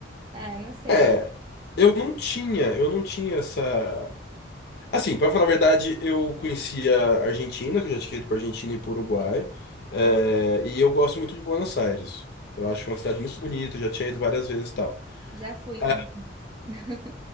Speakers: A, on the right; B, on the left.
A: ah, eu não sei.
B: É, eu não tinha, eu não tinha essa. Assim, para falar a verdade, eu conhecia a Argentina, que eu já tinha ido para Argentina e para Uruguai, é,
A: Eu
B: e eu gosto muito de Buenos Aires. Eu acho uma cidade muito bonita, eu já tinha ido várias vezes e tal.
A: já fui
B: Eh,
A: também. <laughs>